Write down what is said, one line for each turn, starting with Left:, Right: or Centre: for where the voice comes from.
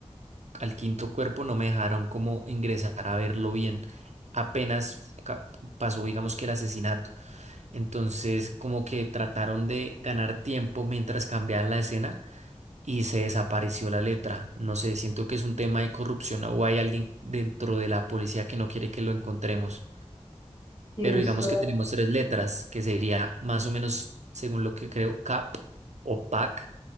Right: al quinto cuerpo no me dejaron como ingresar a verlo bien. Apenas ca- pasó, digamos que el asesinato. Entonces, como que trataron de ganar tiempo mientras cambiaban la escena y se desapareció la letra. No sé, siento que es un tema de corrupción o hay alguien dentro de la policía que no quiere que lo encontremos.
Left: Tienes
Right: Pero digamos
Left: toda
Right: que tenemos
Left: la...
Right: tres letras, que sería más o menos, según lo que creo, CAP o PAC.